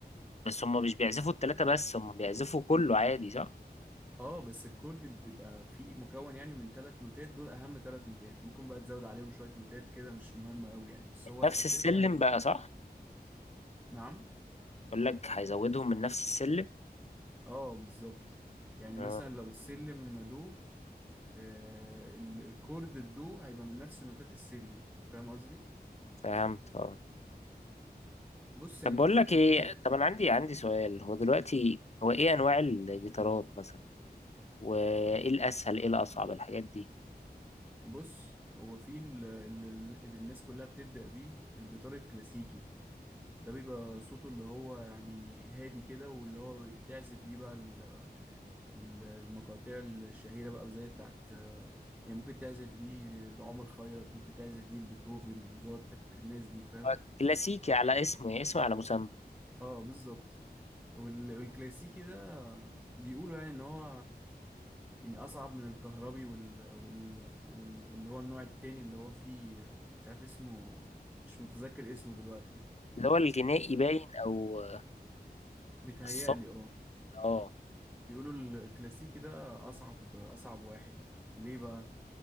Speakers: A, on the left; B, in the centre.
A: بس هم مش بيعزفوا
B: مش
A: التلاتة بس هم بيعزفوا كله عادي صح
B: اه بس الكورد بيبقى فيه مكون يعني من ثلاث نوتات دول اهم ثلاث نوتات ممكن بقى تزود عليهم شوية نوتات كده مش مهمة قوي يعني بس هو
A: نفس
B: الاساس
A: السلم
B: ثلاث
A: بقى
B: نوتات
A: صح
B: نعم
A: بقول لك هيزودهم من نفس السلم
B: اه بالظبط يعني
A: آه،
B: مثلا لو السلم دو آه، ال- الكورد الدو هيبقى من نفس نوتات السلم فاهم قصدي
A: فهمت اه
B: بص
A: طب
B: يعني
A: بقول
B: فكك
A: لك
B: من
A: ايه
B: كل
A: طب انا عندي عندي سؤال هو دلوقتي هو ايه انواع الجيتارات مثلا وايه الاسهل ايه الاصعب الحاجات دي
B: بص هو في ال- ال- ال- اللي الناس كلها بتبدأ بيه الجيتار الكلاسيكي ده بيبقى صوته اللي هو يعني هادي كده واللي هو بتعزف بيه بقى ال- ال- المقاطع الشهيرة بقى زي بتاعت آه، يعني ممكن تعزف بيه لعمر خيرت ممكن تعزف بيه لبيتهوفن موزارت الناس دي فاهم
A: هو كلاسيكي على اسمه يعني اسمه على مسمى
B: اه بالظبط وال- والكلاسيكي ده بيقولوا يعني ان هو يعني اصعب من الكهربي وال... وال... وال... واللي هو النوع التاني اللي هو فيه مش عارف اسمه مش متذكر اسمه دلوقتي يعني
A: اللي هو الجنائي باين او آه،
B: بيتهيألي
A: الصوت
B: اه
A: اه
B: بيقولوا الكلاسيكي ده اصعب اصعب واحد ليه بقى